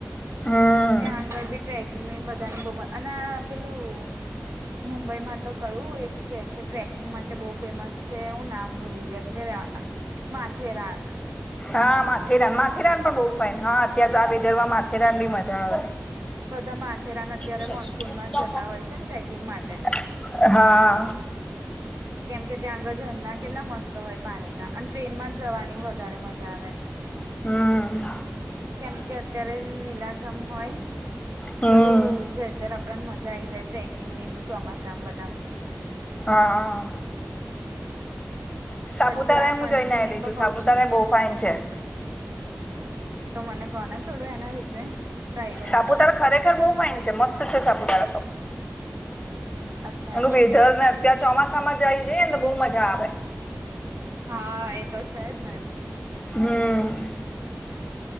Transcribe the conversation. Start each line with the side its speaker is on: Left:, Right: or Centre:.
Left: હમ
Right: ત્યાં આગળ બી ટ્રેકિંગ ને બધાને બહુમત અને પેલું મુંબઈમાં તો કયું એક કે છે ટ્રેકિંગ માટે બહુ ફેમસ છે હું નામ ભૂલી ગયો તે માથે રાન
Left: હા માથેરાન માથેરાન પણ બહ ફાઈન હા અત્યારે તો આ બેદરમાં માથેરાન બી મજા આવે
Right: બધા માથેરાન અત્યારે
Left: ફ
Right: મોનસૂનમાં
Left: ટ
Right: જતા હોય છે ને ટ્રેકિંગ માટે
Left: <unintelligible> હા
Right: કેમકે ત્યાં આગળ ઝરણા કેટલા મસ્ત હોય પાણીના અને ટ્રેનમાં જવાની વધ તારે મજા આવે
Left: હમ
Right: કેમ કે અત્યારે લીલાજામ હોય
Left: હમ
Right: બધું વેધર આપ આપ મજા આ આવી જાય ટ્રેકિંગ ની ચોમાસામ બધામ
Left: હા સાપુતારા
Right: પછી આ
Left: એ
Right: પંચગીની
Left: હું જઈને આવેલી
Right: તો
Left: સાપુતારા
Right: કઉ છું
Left: એ બહુ ફાઇન છે
Right: તો મને કો થોડું એના વિશે તો આઈડિયા
Left: સાપુતારા
Right: આવે
Left: ખરેખર બહુ ફાઇન છે મસ્ત છે સાપુતારા તો
Right: અચ્છા
Left: એનું
Right: એવું
Left: વેધર ને અત્યારે ચોમાસામાં જ આવી જાય ને બહુ મજા આવે
Right: હા એ તો છે જ ને
Left: હમ